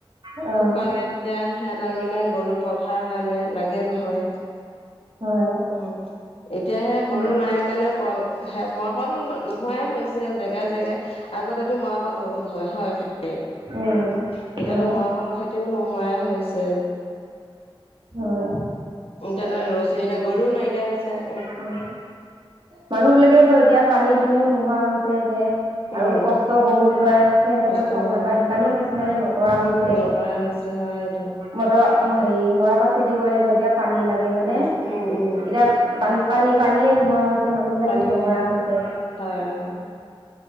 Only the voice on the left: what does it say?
শুকালে, তেতিয়া সিহঁতৰ মানে, গৰু পঘাৰ কাৰণে লাগে নহয়।
অ', এতিয়াহে গৰু
নাই কাৰণে প-মৰা পাতো নোহোৱাই হৈছে, জেগা জেগা। আগতেটো মৰাপাট বহুত হয়, হয় খেতি,
এতিয়াতো
মৰাপাতৰ খেতিও নো হোৱাই হৈছে।
উম যেনে ৰছী, এতিয়া গৰুও নাইকিয়া হৈছে।
উম।
কষ্টকৰ
হয়
পুনৰ কৰা হৈছে, হয় এইটো।
উম,
উম, উম।
পানী
হয়, উম।